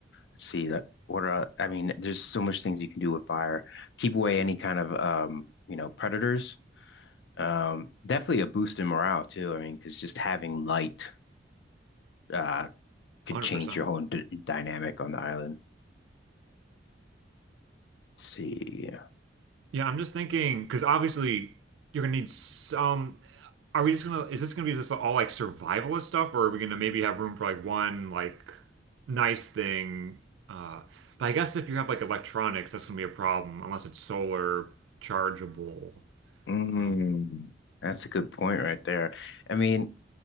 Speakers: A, on the left; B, on the right.
A: let's see that. What are, I mean, there's so much things you can do with fire. Keep away any kind of um, you know, predators. Um, definitely a boost in morale too. I mean, because just having light uh could
B: 100%.
A: change your whole d dynamic on the island. Let's see.
B: Yeah, I'm just thinking because obviously you're gonna need some. Are we just gonna? Is this gonna be just all like survivalist stuff, or are we gonna maybe have room for like one like nice thing? Uh, but I guess if you have like electronics, that's gonna be a problem unless it's solar chargeable.
A: Mm,
B: Um,
A: that's a good point right there. I mean.